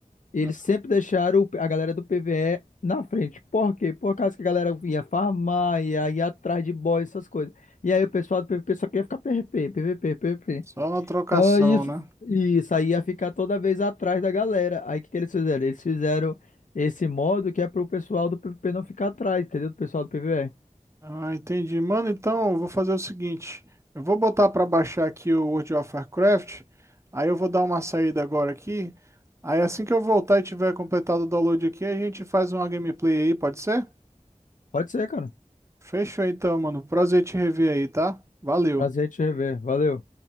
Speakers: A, on the left (about 75°); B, on the right (about 20°).
A: Eles
B: Hum,
A: sempre deixaram o- a galera do PvE na frente. Por quê? Por causa que a galera ia farmar, ia, ia atrás de boss, essas coisas. E aí o pessoal do PvP só queria ficar PvP, PvP, PvP.
B: Só na trocação,
A: Ah, isso.
B: né?
A: Isso aí ia ficar toda vez atrás da galera. Aí o que que eles fizeram? Eles fizeram esse modo que é pro pessoal do PvP não ficar atrás, entendeu? Do pessoal do PvE.
B: Ah, entendi. Mano, então eu vou fazer o seguinte. Eu vou botar pra baixar aqui o World of Warcraft. Aí eu vou dar uma saída agora aqui. Aí assim que eu voltar e tiver completado o download aqui, a gente faz uma gameplay aí, pode ser?
A: Pode ser, cara.
B: Fechou então, mano. Prazer te rever aí, tá? Valeu.
A: Prazer em te rever. Valeu.